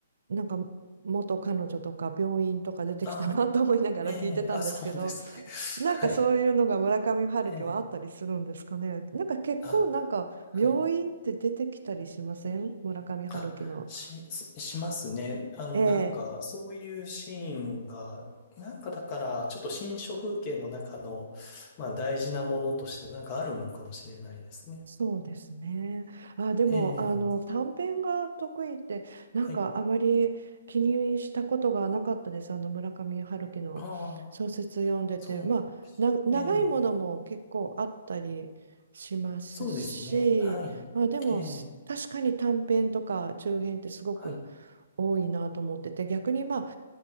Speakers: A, on the right; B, on the left.
A: なんか元彼女とか病院とか出てきたなと思いながら聞いてたんですけど、
B: ああ、ええ、あ、そうですね。
A: なんかそういうのが村上春樹はあったりするんですかね。
B: <laughs> はい。ええ、
A: なんか結構なんか病院って出てきたりしません村上春樹の。
B: あ、はい。あ、し、ししますね。あの、
A: ええ、
B: なんか、そういうシーンが、なんかだから、ちょっと新書風景の中の、まあ、大事なものとして、なんかあるのかもしれないですね。
A: そうですね。あ、でもあの短編が得意ってなんかあまり気にしたことがなかったです。
B: ええ、はい。
A: あの村上春樹の小説読んでて、
B: ああ、そうなんです。
A: まあな長いものも結構あったりしますし、
B: ええ、そうですね。はい。
A: まあでもす確かに短編とか中編ってすごく
B: ええ、はい。
A: 多いなと思ってて逆にまあ